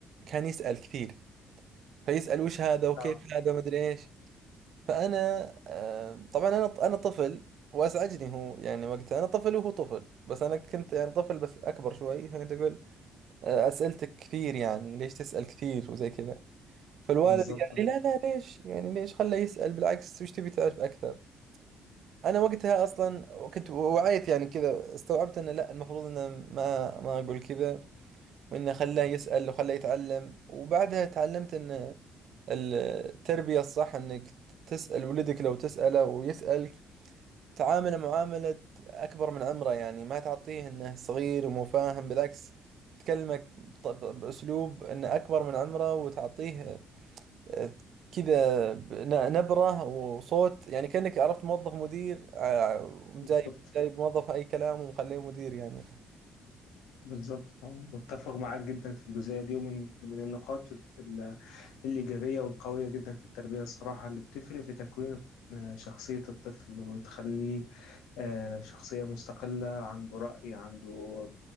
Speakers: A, on the right; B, on the left.
A: كان يسأل كثير فيسأل وش هذا وكيف
B: اه
A: هذا ومدري إيش فأنا أم، طبعا أنا أنا طفل وأزعجني هو يعني وقتها أنا طفل وهو طفل بس أنا كنت يعني طفل بس أكبر شوي فكنت أقول آه، أسئلتك كثير يعني ليش تسأل كثير وزي كذا فالوالد
B: بالظبط
A: قال
B: آه،
A: لي لا لا ليش يعني ليش خله يسأل بالعكس وش تبي تعرف أكثر أنا وقتها أصلا كنت وعيت يعني كذا استوعبت أنه لا المفروض أنه ما ما أقول كذا وأنه خلاه يسأل وخلاه يتعلم وبعدها تعلمت أن التربية الصح أنك تسأل ولدك لو تسأله ويسألك تعامله معاملة أكبر من عمره يعني ما تعطيه إنه صغير ومو فاهم بالعكس تكلمك بط- ب- بأسلوب إنه أكبر من عمره وتعطيه آه، كذا ن- نبرة وصوت يعني كأنك عرفت موظف مدير آه، جايب
B: بالظبط
A: جايب موظف أي كلام ومخليه مدير يعني
B: بالظبط آه، متفق معاك جدا في الجزئية دي ومن من النقاط ال- الإيجابية والقوية جدا في التربية الصراحة اللي بتفرق في تكوين آه، شخصية الطفل وتخليه آه، شخصية مستقلة عنده رأي عنده